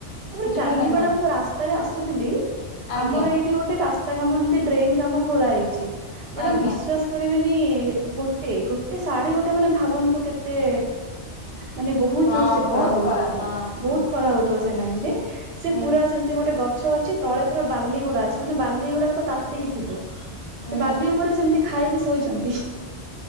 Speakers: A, on the right; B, on the left.
A: ତାପରେ
B: ବୁଝିପାରିଲେ
A: କାଲି ମ୍ୟାଡ଼ାମ
B: ନା
A: ପୁର ଆ। ତାର ଆସୁଥିଲି।
B: ଆଜ୍ଞା
A: ଆମର ଏଇଠି ଗୋଟେ ରାସ୍ତା। ତା କାମ ଏମିତି ଡ୍ରେନ କାମ ଖୋଳା ହେଇଛି। ମଟା
B: ଆଜ୍ଞା
A: ବିଶ୍ୱାସ କରି ଗୋଟେ ଗୋଟେ ଶାଢୀ ଗୋଟେ ମାନେ ଭାବନ୍ତୁ କେତେ। ମାନେ ବହୁତ
B: ହଁ
A: ଜୋର ସେ ଖରା
B: ବହୁତ
A: ହଉଥିବ
B: ହଁ ହୁଁ
A: ବହୁତ ଖରା ହଉଥିବ। ସେଲାଇରେ ସେ
B: ହୁଁ
A: ପୁରା ସେମିତି ଗୋଟେ ଗ ଗଛ ଅଛି ତଳେ ପୁରା ବାଲିଗୁଡା ଅଛି, ମାନେ ବାଲି ଗଗୁଡାକ ତ ତାତିକି ଥିବ।
B: ହୁଁ
A: ସେ ବାଲି ଉପରେ ସେମିତି। ଖାଇକି ଶୋଇଛନ୍ତି।